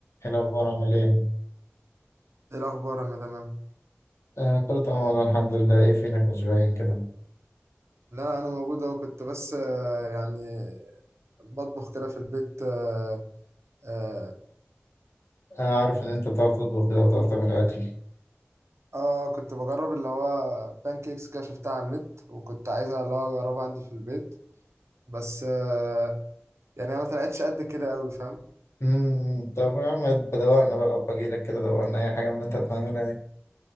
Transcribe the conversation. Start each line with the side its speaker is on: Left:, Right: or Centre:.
Left: ايه الأخبار عامل إيه؟
Right: ايه الاخبار انا تمام
Left: آه كله تمام والله الحمد لله إيه فينك مش باين كده؟
Right: لا انا موجود اهو كنت بس آه، يعني بطبخ كده في البيت اه, آه,
Left: آه عارف إن أنت بتعرف تطبخ كده وبتعرف تعمل أكل
Right: آه كنت بجرب اللي هو بانكيكس كده شفتها على النت وكنت عايزها اللي هو اجربها عندي في البيت بس آه يعني هي ما طلعتش قد كده قوي فاهم
Left: مم، طب يا عم بدوقنا بقى بجيلك كده دوقنا أي حاجة من اللي أنت هتعملها دي